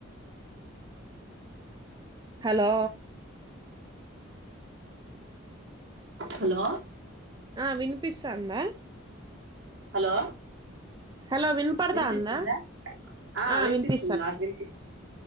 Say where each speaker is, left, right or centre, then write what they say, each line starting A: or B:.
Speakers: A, on the right; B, on the right.
A: హలో
B: హలో
A: ఆ వినిపిస్తాందా
B: హలో
A: హలో వినపడతాందా
B: వినిపిస్తుందా
A: ఆ
B: వినిపిస్తుంది
A: వినిపిస్తోంది
B: నాకు వినిపిస్తు
A: వి